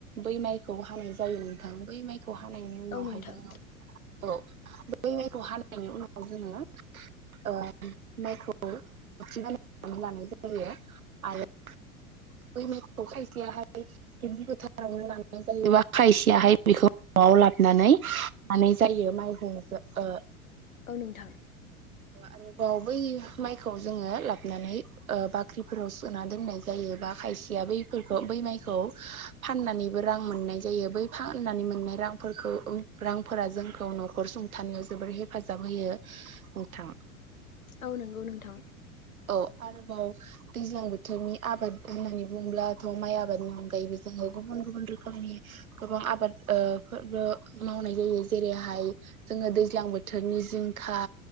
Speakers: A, on the right (about 75°); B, on the left (about 70°).
A: बै माइखौ हानाय जायो नोंथां बै माइखौ हानायनि उनावहाय
B: औ नोंथां
A: जोङो औ बेै माइखौ हानायनि उनाव जोङो ओम माइखौ <unintelligible> लानाय जायो आरो बै माइखौ खायसेयाहाय दलि गोथारावनो लाना जायोबा खायसेयाहाय बेखौ न'आव लाबोनानै मानाय जायो माइखौ ओ
B: औ नोंथां।
A: आरोबाव बै माइखौ जोङो लाबोनानै बाख्रिफोराव सोना दोननाय जायो बा खायसेया बैफोरखौ बै माइखौ फाननानैबो रां मोननाय जायो बै फाननानै मोननाय रांफोरखौ रांफोरा जोंखौ न'खर सं थानायाव जोबोर हेफाजाब होयो। नोंथां।
B: औ नंगौ नोंथां।
A: औ आरोबाव दैज्लां बोथोरनि आबाद होननानै बुङोबब्लाथ' माइ आबादनि अनगायैबो जोङो गुबुन गुबुन रोखोमनि गोबां आबाद फोरबो मावनाय जायो जेरैहाय जोङो दैज्लां बोथोरनि जिंखा